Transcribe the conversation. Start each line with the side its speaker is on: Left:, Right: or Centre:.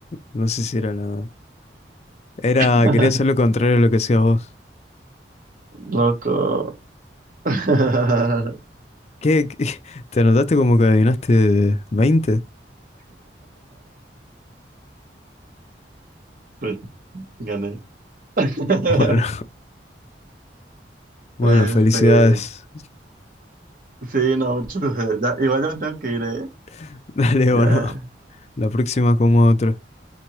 Left: No sé si era nada. Era,
Right: <laughs>
Left: quería hacer lo contrario a lo que hacías vos.
Right: loco. <laughs>
Left: ¿Qué, qué? <laughs> te notaste como que adivinaste veinte
Right: Pues gané. <laughs>
Left: Bueno, <laughs> bueno,
Right: Este.
Left: felicidades.
Right: Sí, no, muchas gracias. Ya, igual ya me tengo que ir, ¿eh?
Left: <laughs> Dale,
Right: Ya.
Left: o no. La próxima como otro.